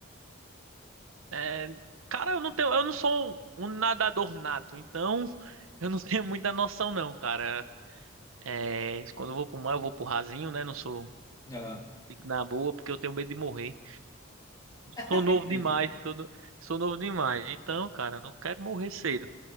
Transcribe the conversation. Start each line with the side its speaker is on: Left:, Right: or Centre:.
Right: É, cara, eu não tenho, eu não sou um, um nadador nato, então eu não <laughs> tenho muita noção não, cara. É, quando eu vou pro mar, eu vou pro rasinho, né? Não sou,
Left: Aham.
Right: fico na boa porque eu tenho medo de morrer.
Left: <laughs>
Right: Sou novo
Left: Entendi.
Right: demais, sou, no- sou novo demais. Então, cara, não quero morrer cedo.